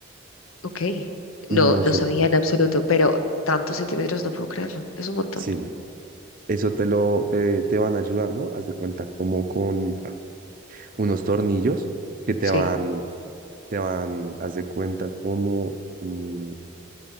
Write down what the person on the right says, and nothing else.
Y
no
siempre.
Sí, eso te lo te, te van ayudando, haz de cuenta, como con unos tornillos que te
van, te van, haz de cuenta, como, mm,